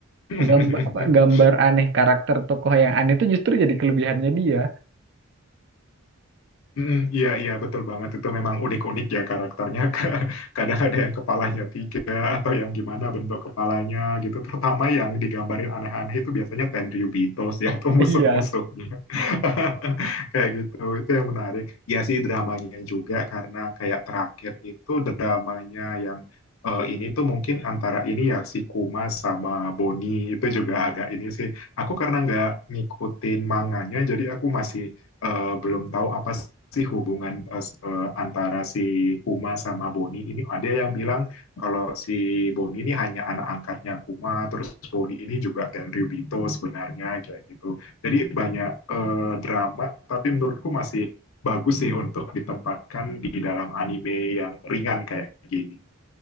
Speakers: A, on the left; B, on the right.
A: <laughs>
B: gambar apa gambar aneh karakter tokoh yang aneh itu justru jadi kelebihannya dia.
A: Mm, iya iya betul banget itu memang unik-unik ya karakternya <laughs> Ka- kadang ada yang kepalanya tiga atau yang gimana bentuk kepalanya gitu terutama yang digambarin aneh-aneh itu biasanya Tenryubitos ya atau
B: Iya.
A: musuh-musuhnya <laughs> kayak gitu itu yang menarik ya sih dramanya juga karena kayak terakhir itu dramanya yang eh, ini tuh mungkin antara ini ya si Kuma sama Boni itu juga agak ini sih aku karena nggak ngikutin manganya jadi aku masih eh, belum tahu apa sih hubungan eh, s- eh, antara si Kuma sama Boni ini. Ada yang bilang kalau si Boni ini hanya anak angkatnya Kuma, terus Boni ini juga Tenryu Bito sebenarnya kayak gitu. Jadi banyak eh, drama, tapi menurutku masih bagus sih untuk ditempatkan di dalam anime yang ringan kayak gini.